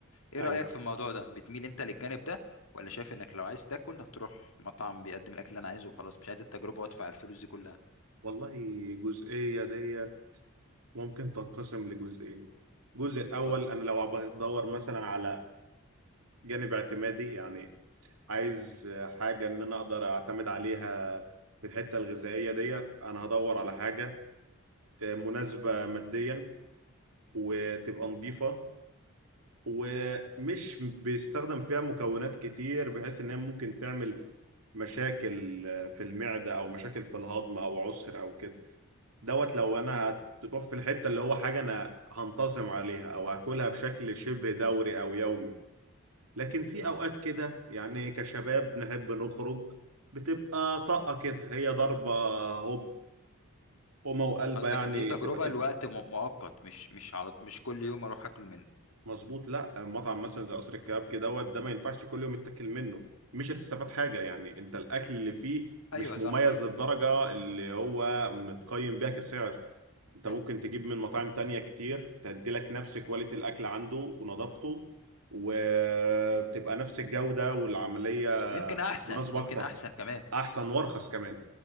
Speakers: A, on the left; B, on the right.
A: إيه
B: أيوة
A: رأيك في الموضوع ده بتميل أنت للجانب ده ولا شايف إنك لو عايز تاكل هتروح مطعم بيقدم الأكل اللي أنا عايزه وخلاص مش عايز التجربة وأدفع الفلوس دي كلها
B: والله الجزئية ديت ممكن تنقسم لجزئين الجزء الأول
A: اتفضل
B: أنا لو بدور مثلا على جانب اعتمادي يعني عايز حاجة إن أنا أقدر أعتمد عليها في الحتة الغذائية ديت أنا هدور على حاجة مناسبة ماديا وتبقى نظيفة ومش بيستخدم فيها مكونات كتير بحيث إن هي ممكن تعمل مشاكل في المعدة أو مشاكل في الهضم أو عسر أو كده دوت لو انا هتروح في الحته اللي هو حاجه انا هنتظم عليها او هاكلها بشكل شبه دوري او يومي لكن في
A: مم.
B: اوقات كده يعني كشباب نحب نخرج بتبقى طاقه كده هي ضربه هوب قومه وقلبه
A: قصدك
B: يعني
A: إن دي تجربة
B: تبقى كده
A: لوقت م... مؤقت مش مش على مش كل يوم أروح أكل منه
B: مظبوط لا مطعم مثلا زي قصر الكبابجي دوت ده ما ينفعش كل يوم يتاكل منه مش هتستفاد حاجه يعني انت الاكل اللي فيه مش
A: أيوه
B: مميز
A: صح
B: للدرجه اللي هو متقيم بيها كسعر انت
A: مم.
B: ممكن تجيب من مطاعم تانية كتير تدي لك نفس كواليتي الاكل عنده ونظافته وبتبقى نفس الجوده والعمليه
A: يمكن أحسن
B: مناسبه
A: يمكن
B: اكتر
A: أحسن كمان
B: احسن وارخص كمان